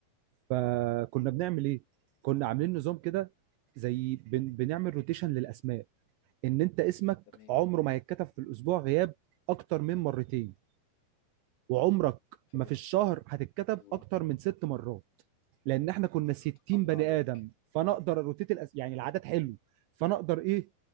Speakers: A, on the right; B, on the left.
A: فكنا بنعمل ايه؟ كنا عاملين نظام كده زي بن... بنعمل روتيشن للاسماء ان انت اسمك
B: تمام
A: عمره ما هيتكتب في الاسبوع غياب اكتر من مرتين وعمرك
B: فبت...
A: ما في الشهر هتتكتب
B: الله
A: اكتر من ست مرات لان احنا كنا 60
B: الله
A: بني
B: عليك
A: ادم فانا اقدر روتيت الأس... يعني العدد حلو فانا اقدر ايه